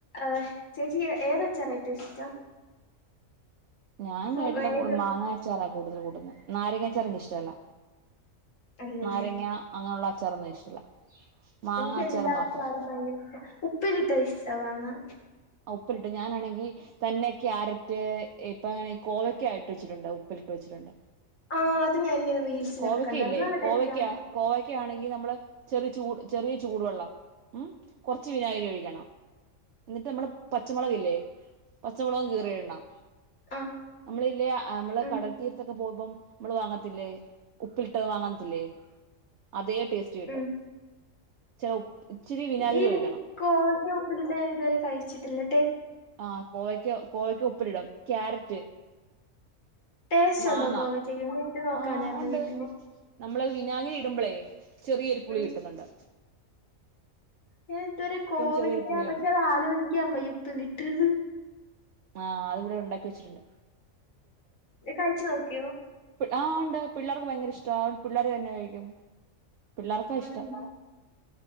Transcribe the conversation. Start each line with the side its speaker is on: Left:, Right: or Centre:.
Left: ഏഹ് ചേച്ചി ഏത് അച്ചാറാ ഏറ്റോം ഇഷ്ടം
Right: ഞാൻ
Left: ഫ്രൂ
Right: കേട്ടില്ല
Left: ഏത്
Right: കോള് മാങ്ങാച്ചാറ കൂടുതൽ കൂട്ടുന്നെ നാരങ്ങ അച്ചാർ എനിക്ക് ഇഷ്ടല്ല
Left: അല്ലല്ലേ
Right: നാരങ്ങ അങ്ങനെള്ള അച്ചാറൊന്നും ഇഷ്ടല്ല മാങ്ങ
Left: എനിക്ക്
Right: അച്ചാർ
Left: എല്ലാച്ചാറും
Right: മാത്രം
Left: ഭയങ്കര ഇഷ്ട ഉപ്പിലിട്ടത് ഇഷ്ട്ടവാണോ
Right: ഉപ്പിലിട്ട് ഞാനാണെങ്കി തന്നെ ക്യാരറ്റ് ഇപ്പങ്ങനെ കോവക്കയ ട്ട് വെച്ചിട്ടുണ്ട് ഉപ്പിലിട്ട് വെച്ചിട്ടുണ്ട്
Left: ആഹ് അത് ഞാനിങ്ങനെ റീൽസിലൊക്കെ
Right: കോവക്കയില്ലേ
Left: കണ്ടായിരുന്നു നല്ല
Right: കോവക്ക
Left: ടേസ്റ്റാണ്
Right: കോവക്കയാണെങ്കി നമ്മള് ചെറു ചൂട് ചെറിയ ചൂട് വെള്ളം ഉം കൊറച്ച് വിനാഗരി ഒഴിക്കണം ന്നിട്ട് നമ്മള് പച്ചമുളകില്ലേ പച്ചമോളകും കീറി ഇടണം
Left: ആഹ്
Right: നമ്മള് ഇല്ലേ നമ്മള്
Left: ഉം
Right: കടൽ തീരത്തൊക്കെ പോകുമ്പം നമ്മള് വാങ്ങത്തില്ലേ ഉപ്പിലിട്ട വാങ്ങത്തില്ലേ അതേ ടേസ്റ്റ് കിട്ടും
Left: ഉം
Right: ഇചാര ഉ ഇച്ചിരി വിനാഗിരി
Left: ഈ
Right: ഒഴിക്കണം
Left: കോവക്ക ഉപ്പിലിട്ടത് ഞാൻ ഇതുവരെ കഴിച് ച്ചിട്ടില്ല
Right: ആ കോവയ്ക്ക കോവയ്ക്ക ഉപ്പിലിടും ക്യാരറ്റ്
Left: ടേസ്റ്റ്
Right: മാങ്ങ
Left: ഉണ്ടോ കോവയ്ക്കക്ക് ഒന്ന് ഇട്ട് നോക്കാനായിരുന്നു
Right: ആ ഒണ്ട്
Left: വീട്ടില്
Right: നമ്മളത് വിനാഗിരി ഇടുമ്പോളേ ചെറിയൊരു പുളി
Left: ഉം
Right: കിട്ടുന്നൊണ്ട്
Left: ഞാൻ ഇതുവരെ കോവയ്ക്ക
Right: ചെറിയൊരു പുളിയുണ്ട്
Left: പക്ഷെ അത് ആലോചിക്കാ വയ്യ ഉപ്പിലിട്ടത്
Right: ആഹ് അത് ഇവിടെ ഒണ്ടാക്കി വെച്ചിട്ടുണ്ട്
Left: ഇത് കഴിച്ചു നോക്കിയോ
Right: ആഹ് ഇണ്ട് പിള്ളേർക്ക് ഭയങ്കര ഇഷ്ടവാ പിള്ളേര് തന്നെ കഴിക്കും പിള്ളേർക്കാ
Left: ആണല്ലേ
Right: ഇഷ്ടം